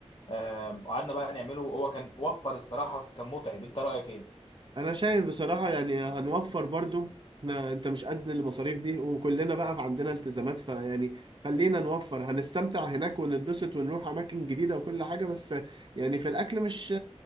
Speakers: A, on the left (about 45°); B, on the right (about 45°).
A: آم، قعدنا بقى نعمله هو كان وفر الصراحة بس كان متعب أنت رأيك إيه؟
B: انا شايف بصراحة يعني هنوفر برضو احنا انت مش قد المصاريف دي وكلنا بقى عندنا التزامات فيعني خلينا نوفر هنستمتع هناك ونتبسط ونروح اماكن جديدة وكل حاجة بس يعني في الاكل مش